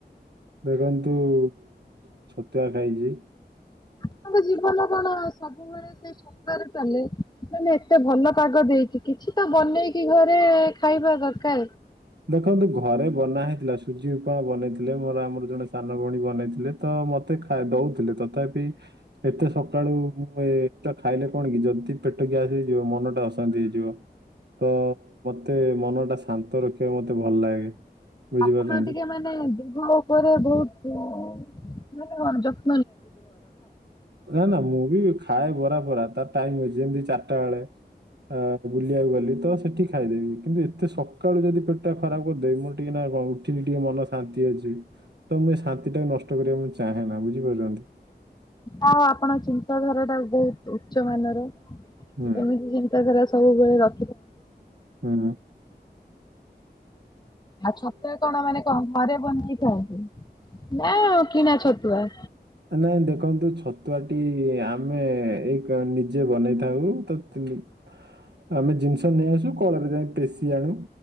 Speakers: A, on the right; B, on the left.
A: ଦେଖନ୍ତୁ ମୁଁ ଛତୁଆ ଖାଇଚି।
B: ଆପଣଙ୍କ ଜୀବନ କଣ ସବୁବେଳେ ସେଇ ଛତୁଆରେ ଚାଲେ ମାନେ ଏତେ ଭଲ ପାଗ ଦେଇଚି କିଛି ତ ବନେଇକି ଘରେ ଖାଇବା ଦରକାର।
A: ଦେଖନ୍ତୁ ଘରେ ବନା ହେ ସୁଜି ଉପମା ବନେଇଥିଲେ, ମୋର ଆମର ଜଣେ ସାନ ଭଉଣୀ ବନେଇଥିଲେ, ତ ମୋତେ ଖାଇ ଦଉଥିଲେ ତଥାପି ଏତେ ସକାଳୁ ମୁଁ ଏ ଖାଇଲେ କଣ କି ଯଦି ପେଟ ଗ୍ୟାସ୍ ହେଇଯିବ ମନ ଟା ଅଶାନ୍ତି ହେଇଯିବ ତ ମତେ ମନ ଟା ଶାନ୍ତ ରଖିବାକୁ ମତେ ଭଲ ଲାଗେ। ବୁଝିପାରୁଛନ୍ତି
B: ଆପଣ ଟିକେ ମାନେ ଦେହ ଉପରେ ବହୁତ ମାନେ କଣ ଯତ୍
A: ନା, ନା ମୁଁ ବି ଖାଏ ବ ରା ଫରା ତା ଟାଇମ ଅଛି ଯେମିତି ଚାରିଟା ବେଳେ। ଆ ବୁଲିବାକୁ ଗଲି ତ ସେଠି ଖାଇଦେବି କିନ୍ତୁ ଏତେ ସକାଳୁ ଯଦି ପେଟ ଟା ଖରାପ କରିଦେବି ମୋର ଟିକେ ନା କଣ ଉଠିଲି ଟିକେ ମନ ଶାନ୍ତି ଅଛି ତ ମୁଁ ଏ ଶାନ୍ତି ଟାକୁ ନଷ୍ଟ କରିବାକୁ ମୁଁ ଚାହେଁନା ବି ବୁଝିପାରୁଚନ୍ତି?
B: ଆଉ ଆପଣ ଚି ଚିତାଧାରା ଟା ବହୁତ ଉଚ୍ଚ ମାନର
A: ହୁଁ
B: ଏମିତି ଚିନ୍ତାଧାରା ସବୁବେଳେ ରଖ
A: ହୁଁ।
B: ଆଉ ଛତୁଆ କଣ ମାନେ କଣ ଘରେ ବନେଇ <unintelligible> ନା କିଣା ଛତୁଆ
A: ଏ ନାଇଁ ଦେଖନ୍ତୁ ଛତୁଆଟି ଆମେ ଏଇ କ ନିଜେ ବନେଇଥାଉ ତ ନିପ ଆମେ ଜିନିଷ ନେଇ ଆସୁ କଳରେ ଯାଇ ପେଶି ଆଣୁ